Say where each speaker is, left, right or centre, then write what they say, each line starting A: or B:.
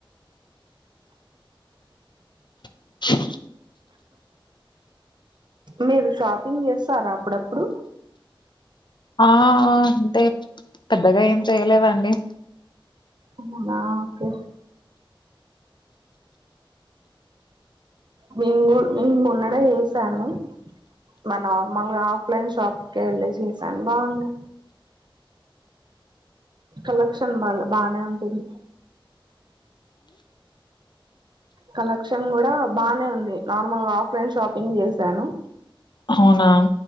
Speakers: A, on the left (about 55°); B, on the right (about 55°).
A: ఓ
B: మీరు షాపింగ్ చేస్తారా అప్పుడప్పుడు
A: ఆ అంటే పెద్దగా ఏం చేయలేదండి
B: అవునా ఓకే నేను మొన్నడే చేసాను మా నార్మల్గా ఆఫ్లైన్ షాప్క వెళ్ళి చేసాను బాగుంది కలెక్షన్ బాాల బానే ఉంటుంది కలెక్షన్ కూడా బాగానే ఉంది నార్మల్గా ఆఫ్లైన్ షాపింగ్ చేసాను
A: అవునా